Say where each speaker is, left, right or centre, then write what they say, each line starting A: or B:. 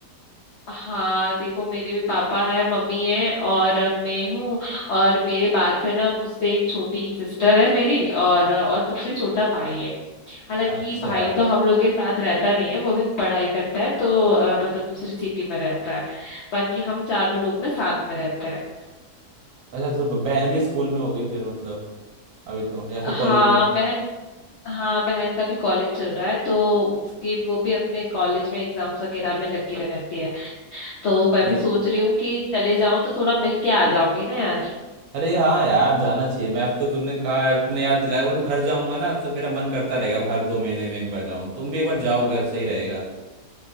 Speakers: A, on the left (about 90°); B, on the right (about 65°).
A: हाँ देखो मेरे भी पापा है मम्मी है और अ, मैं हूँ और मेरे बाद से ना मुझसे एक छोटी सिस्टर है मेरी और अ, और सबसे छोटा भाई है हालांकि
B: अच्छा
A: भाई तो हम लोग के साथ रहता नहीं है वो भी पढ़ाई करता है तो अ, मतलब दूसरी सिटी में रहता है बाकी हम चारों लोग ना साथ में रहते हैं
B: अच्छा तो बहन भी स्कूल में होगी फिर मतलब अभी तो या फिर
A: हाँ
B: कॉलेज में होगे
A: बहन हाँ बहन का भी कॉलेज चल रहा है तो उसके वो भी अपने कॉलेज में एग्जाम्स वगैरह में लगी रहती है तो मैं
B: ये
A: भी सोच रही हूँ कि चले जाऊं तो थोड़ा मिल के आ जाऊंगी ना यार
B: अरे हाँ यार जाना चाहिए मैं अब तो तुमने कहा अब तुमने याद दिलाया बस घर जाऊंगा ना तो मेरा मन करता रहेगा अब हर दो महीने में एक बार जाऊं तुम भी एक बार जाओ घर सही रहेगा